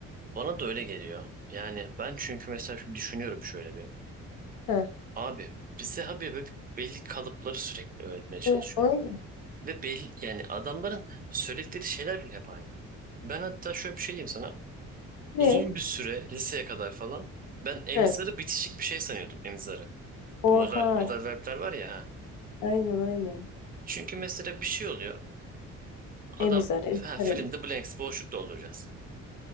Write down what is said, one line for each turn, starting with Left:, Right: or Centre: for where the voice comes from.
Right: bana da öyle geliyor. Yani ben çünkü mesela şimdi düşünüyorum şöyle bir.
Left: He.
Right: Abi bize abi böyle belli kalıpları sürekli öğretmeye çalışıyorlar.
Left: Ve ay-
Right: Ve belli yani adamların söyledikleri şeyler bile hep aynı. Ben hatta şöyle bir şey diyeyim sana.
Left: ve-
Right: Uzun bir süre liseye kadar falan ben emizarı
Left: he.
Right: bitişik bir şey sanıyordum emizarı. Bu
Left: Oha.
Right: model, model verbler var ya. Ha.
Left: Aynen aynen.
Right: Çünkü mesela bir şey oluyor.
Left: Emizar,
Right: Adam
Left: emizar,
Right: ha, fill
Left: emizar.
Right: in the blanks boşluk dolduracağız.